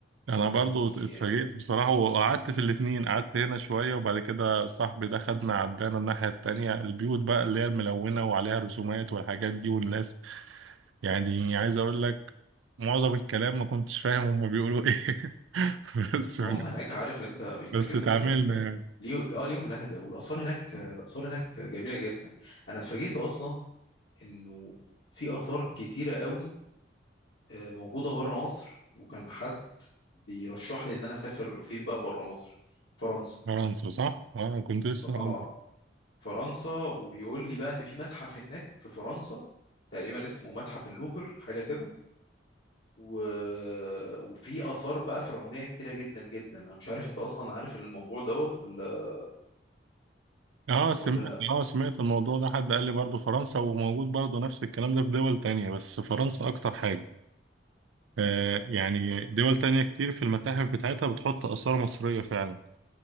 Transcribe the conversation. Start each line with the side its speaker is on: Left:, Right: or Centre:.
Right: انا
Left: يعني
Right: برضو اتفاجئت بصراحة وقعدت في الاتنين قعدت هنا شوية وبعد كده صاحبي ده خدنا عدانا الناحية التانية البيوت بقى اللي هي الملونة وعليها رسومات والحاجات دي والناس يعني عايز اقول لك معظم الكلام ما كنتش فاهم هما بيقولوا ايه <laughs> بس
Left: ما هم هناك عارف انت بيتكلموا
Right: بس اتعاملنا
Left: زي ال...
Right: يعني
Left: ليه... اه ليهم لهجة والآثار هناك الآثار هناك جميلة جدا انا اتفاجئت اصلا انه في آثار كتيرة قوي آه، موجودة بره مصر وكان حد بيرشح لي ان انا اسافر فين بقى بره مصر فرنسا
Right: فرنسا صح؟ اه كنت لسه
Left: ف...
Right: هقول
Left: اه
Right: لك.
Left: فرنسا وبيقول لي بقى ان في متحف هناك في فرنسا تقريبا اسمه متحف اللوفر حاجة كده و... وفي آثار بقى فرعونية كتيرة جدا جدا أنا مش عارف أنت أصلا عارف الموضوع دوت ولا
Right: اه سمعت
Left: ولا لأ
Right: اه سمعت الموضوع ده حد قال لي برضو فرنسا وموجود برضو نفس الكلام ده في دول تانية بس فرنسا اكتر حاجة آه، يعني دول تانية كتير في المتاحف بتاعتها بتحط آثار مصرية فعلا